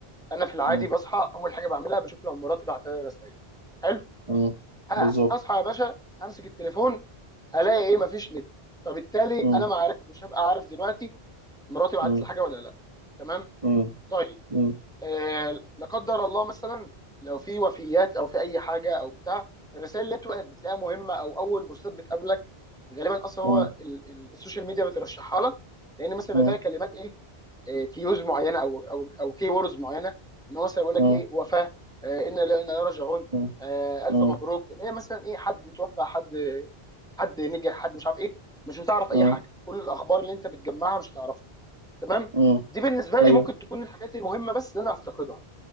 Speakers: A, in the centre; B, on the right.
A: انا في العادي
B: مم.
A: بصحى اول حاجه بعملها بشوف لو مراتي بعت لي رسائل حلو
B: مم.
A: ه-
B: بالظبط
A: هصحى يا باشا امسك التليفون هلاقي ايه مفيش نت فبالتالي
B: مم.
A: انا ما عارف- مش هبقى عارف دلوقتي مراتي بعتت
B: مم.
A: لي حاجه ولا لا تمام
B: مم.
A: طيب
B: مم.
A: آه لا قدر الله مثلا لو في وفيات او في اي حاجه او بتاع الرسائل اللي بتبقى بتلاقيها مهمه او اول بوستات بتقابلك غالبا اصلا
B: مم.
A: هو ال- ال- السوشيال ميديا بترشحها لك لان مثلا
B: مم.
A: بيبقى فيها كلمات ايه آه، كيوز معينه او او او كي ووردز معينه ان هو مثلا يقول لك
B: مم.
A: ايه وفاه آه انا لا انا لا راجعون
B: مم.
A: آه الف
B: مم.
A: مبروك اللي هي مثلا ايه حد توفى حد حد نجح حد مش عارف ايه مش هتعرف اي
B: مم.
A: حاجه كل الاخبار اللي انت بتجمعها مش هتعرفها تمام
B: مم.
A: دي بالنسبه
B: ايوه
A: لي ممكن تكون الحاجات المهمه بس اللي انا افتقدها